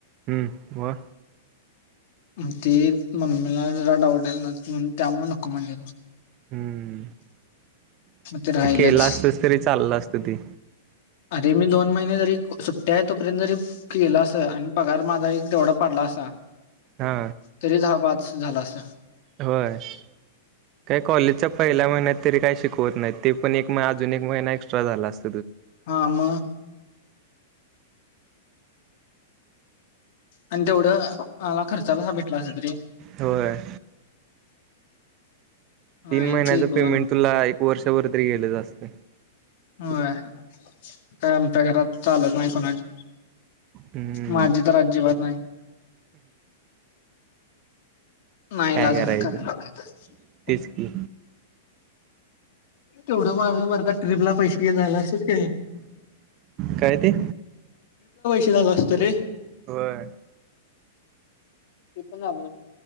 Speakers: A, on the right; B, on the left.
A: हम्म ब
B: म ते मम्मीला जरा डाऊट आलाता ल ना म्हण त्यामुळे नको म्हणलेलं
A: हम्म
B: मग ते राहिलच
A: केलं असतच तरी चाललं असत ते
B: अरे मी दोन महिने जरी सुट्ट्या आहे तोपर्यंत जरी केल अस आणि पगार माझा एक तेवढा. पडला असा
A: हा
B: तरीच हबाज झाला अस
A: होय काही कॉलेजच्या पहिल्या महिन्यात तरी काही शिकवत नाही ते पण एक अजून एक महिना एक्स्ट्रा झाला अस.
B: हा म आणि तेवढ मला खर्चाला भेटला असे तरी
A: होय.
B: नाही
A: तीन महिन्याच
B: ते कोण
A: पेमेंट तुला एक वर्षभर तरी गेलच असत.
B: होय काय आमच्या घरात चालत नाही कोणाची
A: हम्म
B: माझी तर अजिबात नाही नाईलाजान
A: काय करायचं
B: कराय लागतय.
A: तेच की
B: तेवढं माझ मरदा ट्र्रीपला पैशे जाल असत का?
A: काय ते
B: क <unintelligible> झालं असत रे.
A: वय.
B: किती झा ना <inaudible>